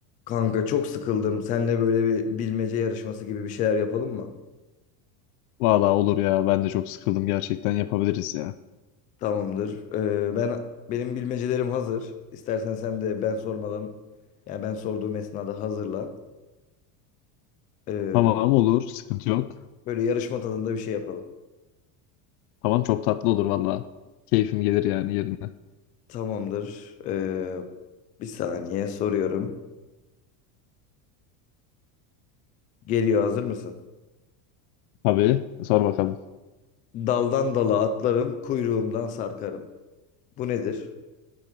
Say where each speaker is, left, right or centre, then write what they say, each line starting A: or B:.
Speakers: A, on the left; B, on the left.
A: Kanka çok sıkıldım. Seninle böyle bir bilmece yarışması gibi bir şeyler yapalım mı?
B: Valla olur ya. Ben de çok sıkıldım gerçekten. Yapabiliriz ya.
A: Tamamdır. Ee, ben benim bilmecelerim hazır. İstersen sen de ben sormadan yani ben sorduğum esnada hazırla. Ee,
B: Tamam olur. Sıkıntı yok.
A: böyle yarışma tadında bir şey yapalım.
B: Tamam çok tatlı olur valla. Keyfim gelir yani yerine.
A: Tamamdır. Ee, bir saniye soruyorum. Geliyor hazır mısın?
B: Tabii. Sor bakalım.
A: Daldan dala atlarım, kuyruğumdan sarkarım. Bu nedir?